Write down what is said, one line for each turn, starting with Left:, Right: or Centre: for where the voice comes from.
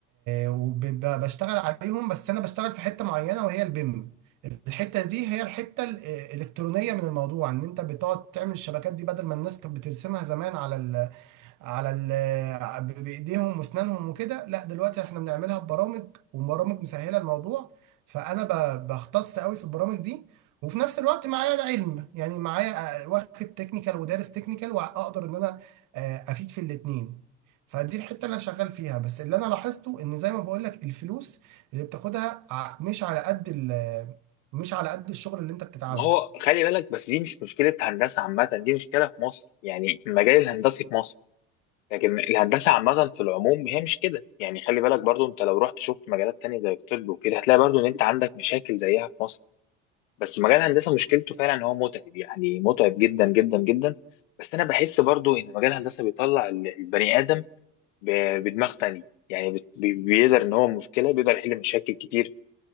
Right: وبشتغل عليهم بس أنا بشتغل في حتة معينة وهي البيم الحتة دي هي الحتة ال- آه، الإلكترونية من الموضوع إن أنت بتقعد تعمل الشبكات دي بدل ما الناس كانت بترسمها زمان على ال ب- بايديهم واسنانهم وكده لا دلوقتي احنا بنعملها ببرامج وبرامج مسهله الموضوع فانا ب- بختص قوي في البرامج دي وفي نفس الوقت معايا العلم يعني معايا آه، واخد تكنيكال ودارس تكنيكال واقدر ان انا آه، افيد في الاتنين فدي الحته اللي انا شغال فيها بس اللي انا لاحظته ان زي ما بقول لك الفلوس اللي بتاخدها ع- مش على قد ال- مش على قد الشغل اللي انت بتتعبه
Left: ما هو خلي بالك بس دي مش مشكله هندسه عامه دي مشكله في مصر يعني المجال الهندسي في مصر لكن الهندسه عامه في العموم هي مش كده يعني خلي بالك برضو انت لو رحت شفت مجالات تانية زي الطب وكده هتلاقي برضو ان انت عندك مشاكل زيها في مصر بس مجال الهندسه مشكلته فعلا ان هو متعب يعني متعب جدا جدا جدا بس انا بحس برضو ان مجال الهندسه بيطلع ال- البني ادم ب- بدماغ تانية يعني بت- بي- بيقدر ان هو مشكله بيقدر يحل مشاكل كتير